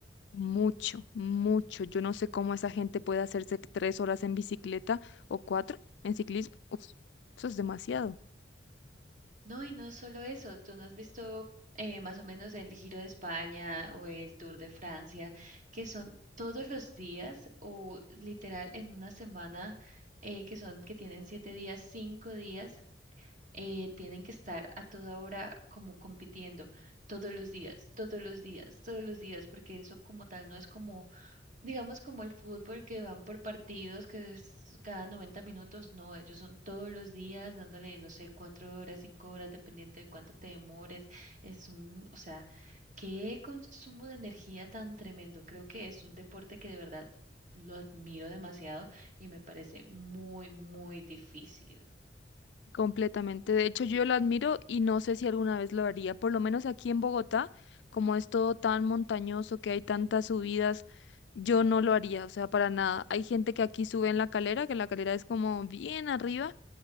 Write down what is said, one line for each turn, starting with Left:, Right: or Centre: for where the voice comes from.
Left: Mucho, mucho. Yo no sé cómo esa gente puede hacerse tres horas en bicicleta o cuatro en ciclismo. Uf, eso es demasiado.
Right: No, y no solo eso, tú no has visto eh, más o menos el Giro de España o el Tour de Francia, que son todos los días o literal en una semana, eh, que son, que tienen siete días, cinco días, eh, tienen que estar a toda hora como compitiendo, todos los días, todos los días, todos los días, porque eso como tal no es como digamos como el fútbol que van por partidos, que es cada noventa minutos, no, ellos son todos los días dándole, no sé, cuatro horas, cinco horas, dependiendo de cuánto te demores. Es un, o sea, qué consumo de energía tan tremendo. Creo que es un deporte que de verdad lo admiro demasiado y me parece muy, muy difícil.
Left: Completamente. De hecho, yo lo admiro y no sé si alguna vez lo haría. Por lo menos aquí en Bogotá, como es todo tan montañoso, que hay tantas subidas, yo no lo haría, o sea, para nada. Hay gente que aquí sube en la calera, que la calera es como bien arriba,